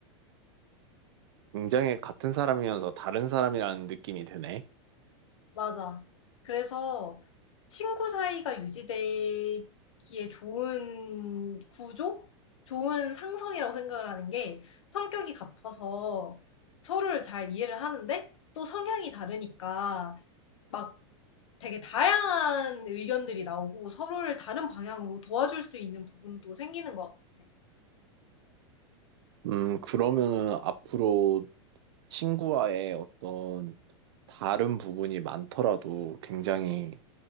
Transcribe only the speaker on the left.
맞아. 그래서 친구 사이가 유지되기에 좋은 구조? 좋은 상성이라고 생각을 하는 게 성격이 같아서 서로를 잘 이해를 하는데 또 성향이 다르니까 막 되게 다양한 의견들이 나오고 서로를 다른 방향으로 도와줄 수 있는 부분도 생기는 것 같아.